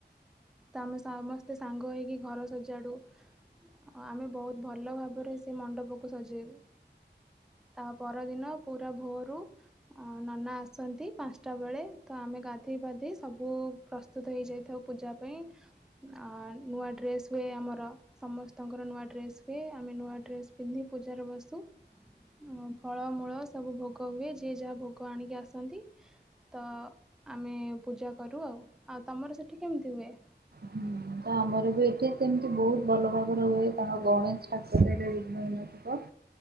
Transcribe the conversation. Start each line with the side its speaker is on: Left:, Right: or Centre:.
Centre: ତ ଆମେ ସମସ୍ତେ ସାଙ୍ଗ ହେଇକି ଘର ସଜାଡ଼ୁ। ଆଃ ଆମେ ବହୁତ ଭଲ ଭାବରେ ସେ ମଣ୍ଡପକୁ ସଜେଇବୁ। ତା ପରଦିନ ପୁରା ଭୋରୁ ଅଁ ନନା ଆସନ୍ତି ପାନଷ୍ଟା ବେଳେ ତ ଆମେ ଗାଧେଇ ପାାଧେଇ ସବୁ ପ୍ରସ୍ତୁତ ହେଇଯାଇଥାଉ ପୂଜା ପାଇଁ। ଆଁ ନୂଆ ଡ୍ରେସ୍ ହୁଏ ଆମର। ସମସ୍ତଙ୍କର ନୂଆ ଡ୍ରେସ୍ ହୁଏ। ଆମେ ନୂଆ ଡ୍ରେସ ପିନ୍ଧି ପୂଜାରେ ବସୁ। ଉଁ ଫଳମୂଳ ସବୁ ଭୋଗ ହୁଏ। ଯିଏ ଯାହା ଭୋଗ ଆଣିକି ଆସନ୍ତି। ତ ଆମେ ପୂଜା କରୁ ଆଉ। ଆଉ ତମର ସେଇଠି କେମିତି ହୁଏ?
Right: ହୁଁ, ତ ଆମର ବି ଏଇଠି ସେମିତି ବହୁତ ଭଲ ଭାବରେ ହୁଏ, କାରଣ ଗଣେଶ ଠାକୁର ହେଲେ ବିଘ୍ନବିନାଶକ।